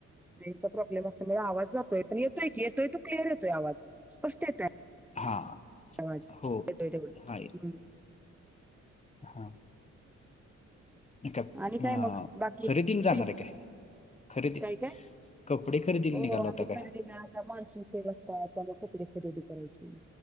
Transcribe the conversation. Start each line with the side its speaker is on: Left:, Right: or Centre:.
Centre: रेनचा प्रॉब्लेम असल्यामुळे आवाज जातोय पण येतोय की येतोय त क्िअर येतोय आवाज स्पष्ट येतोय.
Left: हा
Centre: आवाजेतो
Left: हो
Centre: तेव हम्म.
Left: हा हा. का
Centre: आणि काय
Left: अ,
Centre: मग बाकी
Left: खरेदीला जाणार
Centre: ठीक.
Left: आहे काय खरेदी
Centre: काय काय
Left: कपडे खरेदीला
Centre: हो
Left: निघाला
Centre: आणि
Left: होता काय
Centre: खरदीना माणसून सेल असतात आता मग कुप र खरेदी करायची.